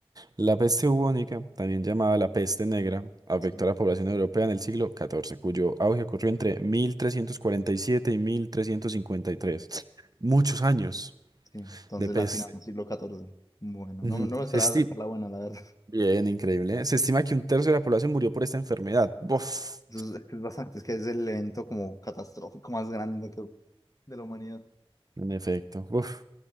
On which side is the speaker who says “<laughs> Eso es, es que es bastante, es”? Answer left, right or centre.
Left